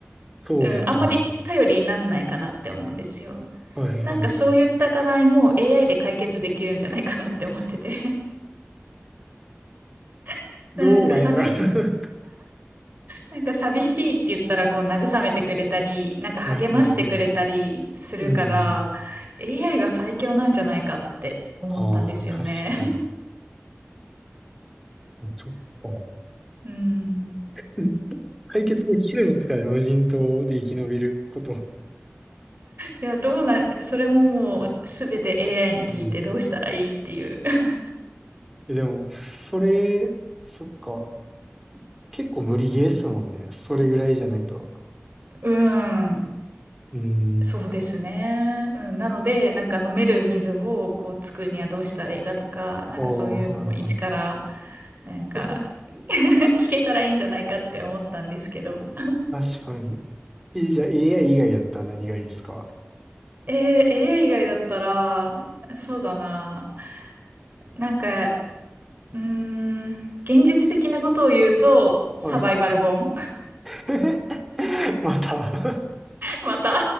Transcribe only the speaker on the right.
うん、あんまり頼りになんないかなって思うんですよ。
なんかそういった課題も AI で解決できるんじゃないかなって思ってて <laughs>
なんか寂し、
なんか寂しいって言ったらこう慰めてくれたり、なんか励ましてくれたりするから
AI が最強なんじゃないかって思ったんですよね。
<laughs> うん。
いや、どうな、それももうすべて AI に聞いてどうしたらいいっていう。
<laughs>
うん、
そうですね。うん、なので、なんか飲める水をこう作るにはどうしたらいいかとか、なんかそういうのも一から、
なんか
<laughs> 聞けたらいいんじゃないかって思ったんですけど。
えー、AI 以外だったら、そうだな。なんか、うーん、現実的なことを言うと、サバイバル本
<laughs> また。